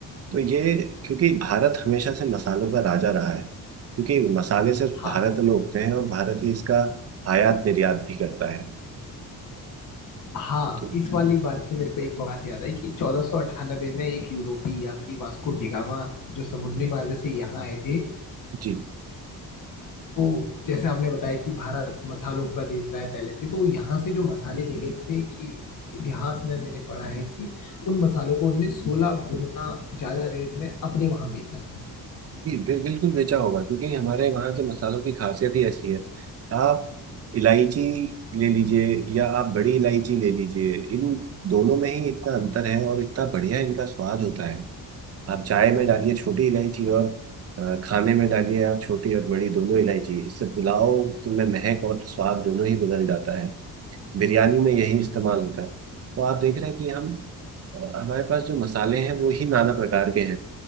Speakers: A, on the right (about 40°); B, on the left (about 55°).
A: तो ये क्योंकि भारत हमेशा से मसालों का राजा रहा है क्योंकि मसाले सिर्फ
B: हाँ
A: भारत में उगते हैं और भारत ही इसका आयात निर्यात भी करता है
B: हाँ
A: तो-
B: इस वाली बात से मेरे को एक बात याद आई कि 1498 में एक यूरोपीय यात्री वास्को डिगामा जो समुद्री मार्ग से यहाँ आए थे
A: जी
B: तो जैसे आपने बताया कि भारत मसालों का देश रहा है पहले से तो वो यहाँ से जो मसाले ले गए थे कि इतिहास में मैंने पढ़ा है कि उन मसालों को उनने सोलह गुना ज्यादा रेट में अपने वहां बेचा था
A: जी, बि- बिल्कुल बेचा होगा क्योंकि हमारे वहाँ के मसालों की खासियत ही ऐसी है आप इलायची ले लीजिए या आप बड़ी इलायची ले लीजिए इन दोनों में ही इतना अंतर है और इतना बढ़िया इनका स्वाद होता है आप चाय में डालिए छोटी इलायची और अ, खाने में डालिए आप छोटी और बड़ी दोनों इलायची इससे पुलाव में महक और स्वाद दोनों ही बदल जाता है बिरयानी में यही इस्तेमाल होता है तो आप देख रहे हैं कि हम हमारे पास जो मसाले हैं वो ही नाना प्रकार के हैं